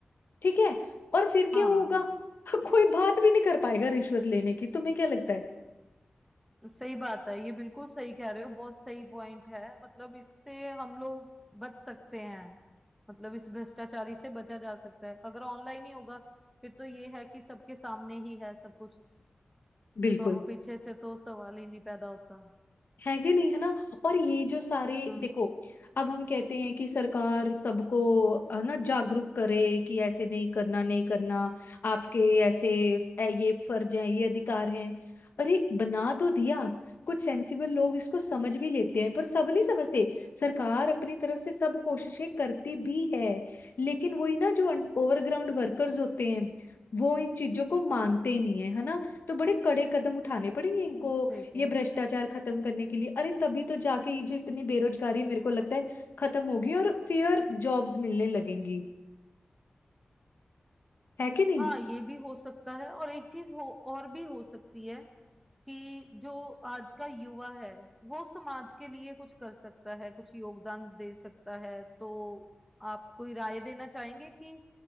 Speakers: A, on the left; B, in the centre.
A: ठीक है और फिर
B: हाँ
A: क्या होगा <laughs> कोई बात भी नहीं कर पाएगा रिश्वत लेने की तुम्हें क्या लगता है
B: सही बात है ये बिल्कुल सही कह रहे हो बहुत सही पॉइंट है मतलब इससे हम लोग बच सकते हैं मतलब इस भ्रष्टाचारी से बचा जा सकता है अगर ऑनलाइन ही होगा फिर तो ये है कि सबके सामने ही है सब कुछ
A: बिल्कुल
B: तो अब पीछे से तो सवाल ही नहीं पैदा होता
A: है कि नहीं है ना और ये जो सारे
B: हाँ
A: देखो अब हम कहते हैं कि सरकार सबको है ना जागरूक करे कि ऐसे नहीं करना नहीं करना आपके ऐसे ए- ये फर्ज हैं ये अधिकार हैं अरे बना तो दिया कुछ सेंसिबल लोग इसको समझ भी लेते हैं पर सब नहीं समझते सरकार अपनी तरफ से सब कोशिशें करती भी है लेकिन वही ना जो ओवरग्राउंड वर्कर्स होते हैं वो इन चीजों को मानते नहीं है है ना तो बड़े कड़े कदम उठाने पड़ेंगे इनको
B: सही कह
A: ये
B: रहे
A: भ्रष्टाचार
B: हो।
A: खत्म करने के लिए अरे तभी तो जाके ये जो इतनी बेरोजगारी मेरे को लगता है खत्म होगी और फेयर जॉब्स मिलने लगेंगी है कि नहीं
B: हाँ ये भी हो सकता है और एक चीज हो और भी हो सकती है कि जो आज का युवा है वो समाज के लिए कुछ कर सकता है कुछ योगदान दे सकता है तो आप कोई राय देना चाहेंगे कि